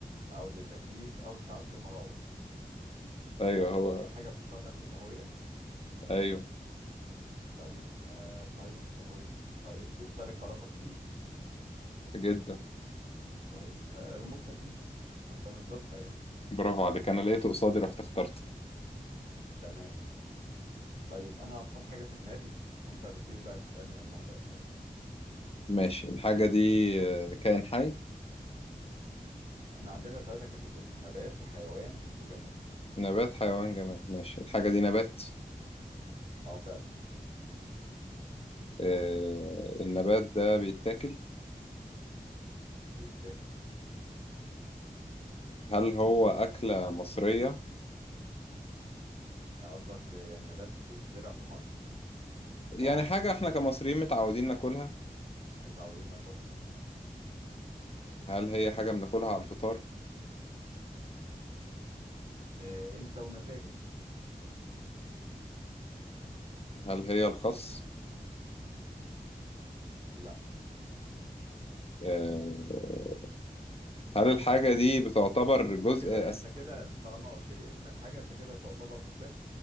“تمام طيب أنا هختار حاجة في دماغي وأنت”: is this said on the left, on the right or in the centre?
Right